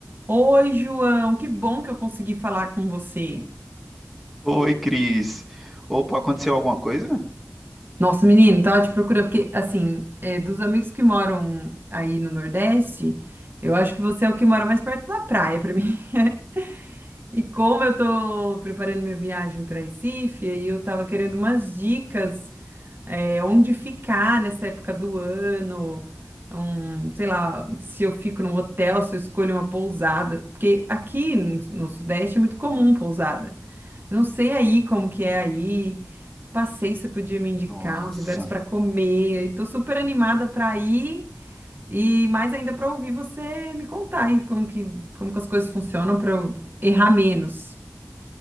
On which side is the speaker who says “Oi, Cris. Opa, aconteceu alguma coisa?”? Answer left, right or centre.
Centre